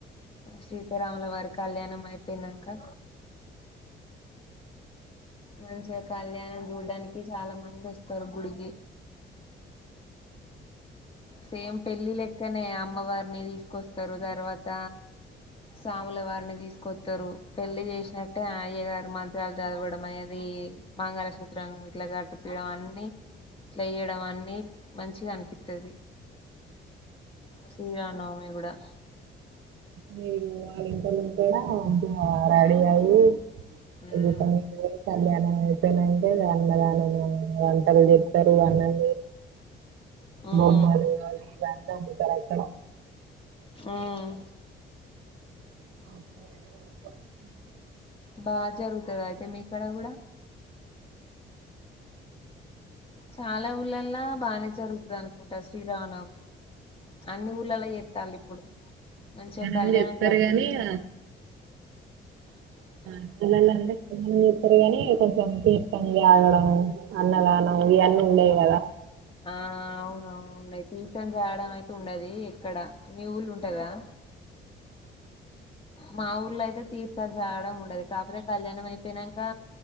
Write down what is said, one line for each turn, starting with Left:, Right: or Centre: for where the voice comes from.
Left: సీతారాముల వారి కళ్యాణం అయిపోయ్నంకా మంచిగా కళ్యాణం చూడ్డానికి చాలా మంది వస్తారు గుడికి సేమ్ పెళ్ళి లెక్కనే అమ్మవారిని తీసుకొస్తారు తర్వాత స్వాముల వారిని తీసుకొతారు పెళ్లి చేసినట్టే అయ్య గారు మంత్రాలు చదవడం అది మంగళ సూత్రం ఇట్లా గట్ పియడం అన్ని ఇట్లా ఇయడం అన్ని మం చిగా ఆనిపితాది శ్రీరామానవమి కూడా
Right: మీరు <inaudible> రెడీ అ్య
Left: ఉమ్
Right: <inaudible> కళ్యాణం అయిపోయిన వెంటనే అన్నదానము వంటలు చెప్తారు అన్నం
Left: ఉమ్
Right: బొమ్మలు ఆవి ఇవి అంతా అమ్ముతారు అక్కడా
Left: ఉమ్.
Right: <inaudible>
Left: బా జరుగుతాదా అయితే మీక్కడ కూడా చాలా ఊళ్ళలా బాగానే జరుగుతది అనుకుంటా శ్రీరామనవమి అన్ని ఊర్ళలో చేతాలి ఇప్పుడు మంచిగా
Right: అన్ని
Left: కళ్యాణం
Right: చేత్తరు
Left: జరిపించి
Right: గాని ఆ
Left: అ
Right: <unintelligible> చెతారు గాని కొంచెం తీర్థం జగడం అన్నదానం ఇవన్నీ ఉండేవి కదా
Left: ఆ అవును అవును తీర్థం జాడం అయితే ఉండది ఎక్కడ మీ ఊళ్ళో ఉంటదా మా ఊర్లో అయితే తీర్థాలు జాగడం ఉండదు కాకపోతే కళ్యాణం అయిపోయినంకా